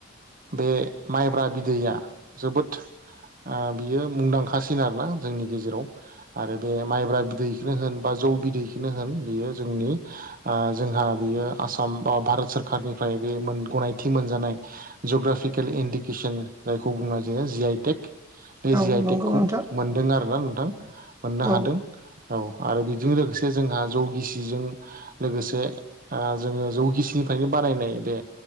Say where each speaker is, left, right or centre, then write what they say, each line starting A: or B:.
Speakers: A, on the right (about 45°); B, on the right (about 20°).
A: बे माइब्रा बिदैया जोबोद ओ बियो मुंदांखासिन आरोना जोंनि गेजेराव। आरो बे माइब्रा बिदैखौनो होन बा जौ बिदैखौनो होन बेयो जोंनि ओ जोंहा बियो आसाम बा भारत सोररखारारनिफ्राय बे गनायथि मोनजानाय जग्राफिकेल इन्डिकेसन जायखौ बुंनाय जायो जि आइ टेक। बे जि
B: औ
A: आइ
B: नंगौ
A: टेकखौ
B: नोंथां
A: मोनदों आरोना नोंथां मोननो
B: औ
A: हादों। औ आरो बिजों लोगोसे जोंहा जौ गिसि जों लोगोसे ओ जोङो जौखिसिनिफ्रायनो बानायनाय बे